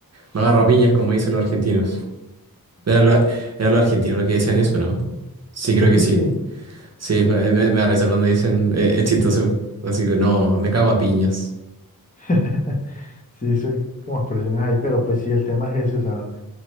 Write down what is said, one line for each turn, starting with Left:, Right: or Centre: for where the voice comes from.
Right: me agarro a piñas como dicen los argentinos. Era lo, era lo argentino lo que decían eso, ¿no? Sí, creo
Left: Creo
Right: que
Left: que
Right: sí.
Left: sí.
Right: Sí, me, me, me da risa cuando dicen, eh, es chistoso. Así que no, me cago a piñas.
Left: <laughs> Sí, soy como expresiones ahí, pero pues sí, el tema es ese, o sea.